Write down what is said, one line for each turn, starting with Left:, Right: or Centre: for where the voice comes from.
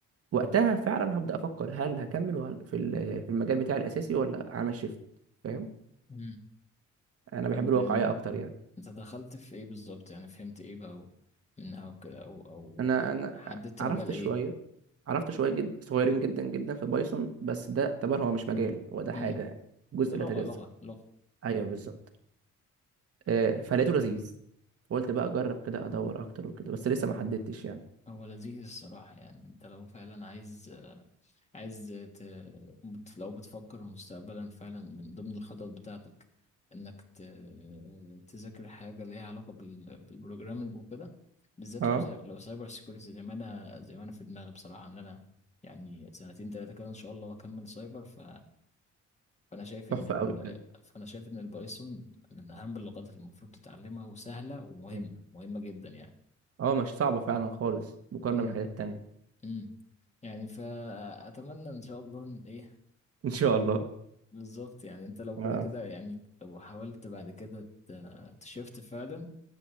Right: وقتها فعلا هبدا افكر هل هكمل وهل- في ال- في المجال بتاعي الاساسي ولا اعمل شيفت فاهم
Left: مم.
Right: انا بحب
Left: طب
Right: الواقعيه
Left: يعني
Right: اكتر يعني
Left: انت دخلت في ايه بالظبط يعني فهمت ايه بقى و- من او كده او او
Right: انا
Left: حد
Right: انا
Left: حددت
Right: عرفت
Left: مجال ايه
Right: شويه عرفت شويه جد صغيرين جدا جدا في بايثون بس ده اعتبر هو مش مجال هو ده
Left: مم.
Right: حاجه يعني جزء
Left: ده لغة
Right: لا يتجزأ
Left: لغة لغة
Right: ايوه بالظبط آه، فلقيته لذيذ قلت بقى اجرب كده ادور اكتر وكده بس لسه ما حددتش يعني
Left: هو لذيذ الصراحة يعني انت لو فعلا عايز عايز ت... بت- لو بتفكر مستقبلا فعلا من ضمن الخطط بتاعتك انك ت... تذاكر حاجة ليها علاقة بال... بالبروجرامينج وكده بالذات
Right: اه
Left: لو ساي... لو سايبر سيكوريتي زي ما انا زي ما انا في دماغي بصراحة ان انا يعني سنتين تلاتة كده ان شاء الله واكمل سايبر ف... فانا شايف
Right: تحفه
Left: ان ال...
Right: قوي بجد
Left: فانا شايف ان البايثون من اهم اللغات اللي المفروض تتعلمها وسهلة ومهمة
Right: مم.
Left: مهمة جدا يعني
Right: اه مش صعبه فعلا خالص مقارنه
Left: امم
Right: بالحاجات التانية
Left: امم. يعني فأتمنى إن شاء الله إن إيه
Right: <laughs> ان شاء الله
Left: بالظبط يعني أنت لو
Right: اه
Left: كده كده يعني لو حاولت بعد كده ت- تشفت فعلا